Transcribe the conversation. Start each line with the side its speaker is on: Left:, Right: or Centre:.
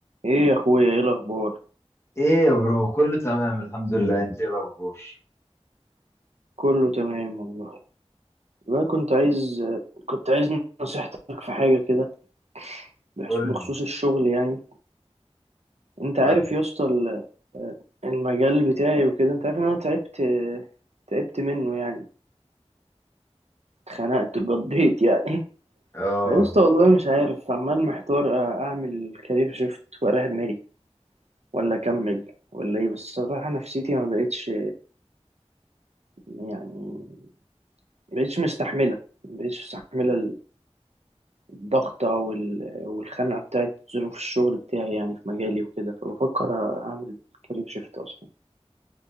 Right: ايه يا اخويا ايه الاخبار
Left: ايه يا برو كله تمام الحمد لله انت ايه الاخبار
Right: كله تمام والله والله كنت عايز كنت عايز نصيحتك في حاجه كده بخ-
Left: قول
Right: بخصوص
Left: لي
Right: الشغل يعني انت عارف
Left: قول لي
Right: يا اسطى ال- المجال بتاعي وكده انت عارف ان انا تعبت تعبت منه يعني اتخنقت قضيت يعني
Left: اه
Right: يا اسطى والله مش عارف عمال محتار اعمل كارير شيفت واريح دماغي ولا اكمل ولا ايه بس الصراحه نفسيتي ما بقتش يعني ما بقتش مستحمله ما بقتش مستحمله الضغطة وال- والخنقة بتاعت ظروف الشغل بتاعي يعني في مجالي وكده فبفكر أعمل كارير شيفت أصلا